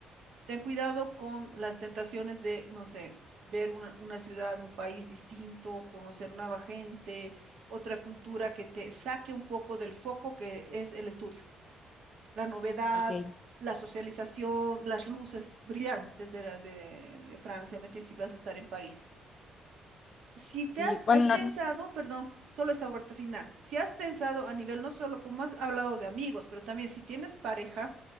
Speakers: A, on the right; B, on the left.
A: Ten cuidado con las tentaciones de, no sé, ver una, una ciudad, un país distinto, conocer nueva gente, otra cultura que te saque un poco del foco que es el estudio, la novedad,
B: ok.
A: la socialización, las luces brillantes de, la- de, de Francia, mete si vas a estar en París. Si te
B: Sí,
A: has,
B: bueno,
A: has pensado,
B: no,
A: perdón, solo esta vuelta final, si has pensado a nivel no solo como has hablado de amigos, pero también si tienes pareja